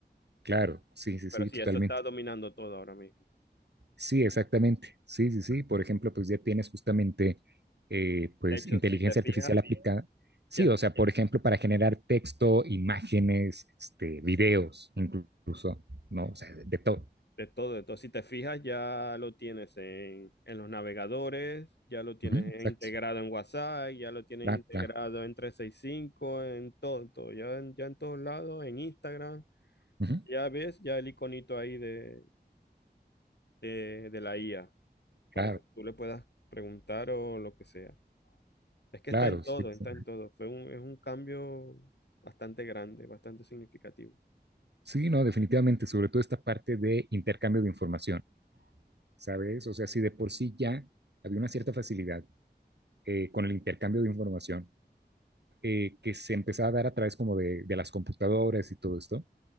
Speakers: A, on the right; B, on the left.
A: Claro, sí, sí,
B: pero
A: sí,
B: sí,
A: totalmente.
B: eso está dominando todo ahora mismo.
A: Sí, exactamente. Sí, sí, sí. Por ejemplo, pues ya tienes justamente, eh, pues,
B: De hecho,
A: inteligencia
B: si te fijas,
A: artificial aplicada. Sí,
B: ya.
A: o sea, por ejemplo, para generar texto, imágenes, este, videos, incluso, ¿no? O sea, de, de todo.
B: De todo, de todo. Si te fijas, ya lo tienes en, en los navegadores, ya lo tienes
A: Ujú, exacto.
B: integrado en WhatsApp, ya lo tienes
A: Claro,
B: integrado
A: claro.
B: en 365, en todo, todo. Ya, en- ya en todos lados, en Instagram.
A: Ujú,
B: Ya ves, ya el iconito ahí de, de, de la IA,
A: claro,
B: para que tú le puedas preguntar o lo que sea. Es que
A: claro.
B: está en todo,
A: Sí, sí.
B: está en todo. Fue un, es un cambio bastante grande, bastante significativo.
A: Sí, no, definitivamente, sobre todo esta parte de intercambio de información, ¿sabes? O sea, si de por sí ya había una cierta facilidad eh, con el intercambio de información eh, que se empezaba a dar a través como de, de las computadoras y todo esto,